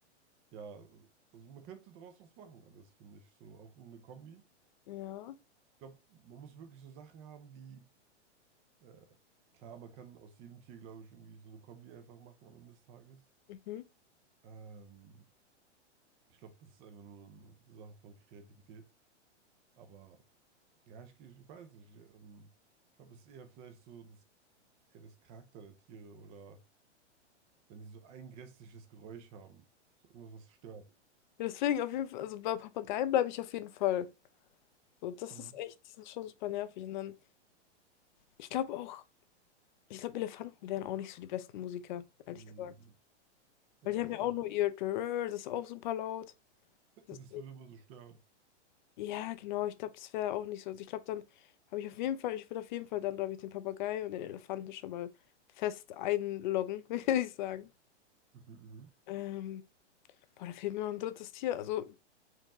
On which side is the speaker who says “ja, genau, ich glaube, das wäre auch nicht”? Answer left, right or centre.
Left